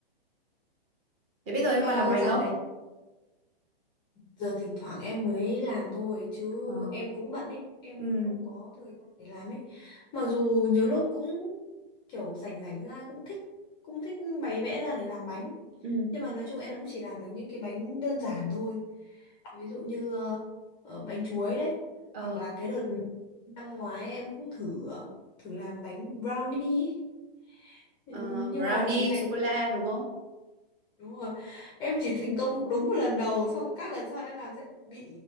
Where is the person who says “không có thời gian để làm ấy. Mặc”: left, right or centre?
Left